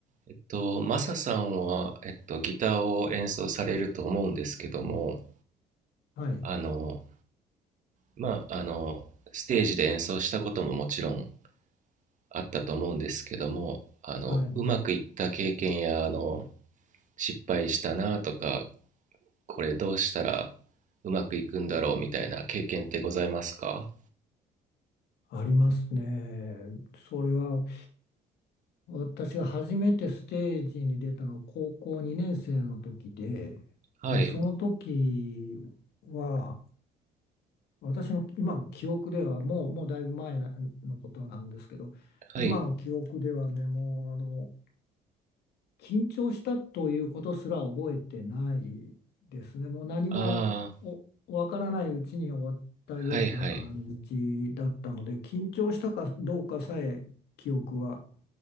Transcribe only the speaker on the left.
はい、
はい、
ありますね。それは私が初めてステージに出たのは高校2年生の時で、
もうその時は私の今の記憶ではもう、もうだいぶ前のことなんですけど、
今の記憶ではね、もうあの緊張したということすら覚えてないですね。もう何もおわからないうちに終わったような感じだったので、
緊張したかどうかさえ記憶は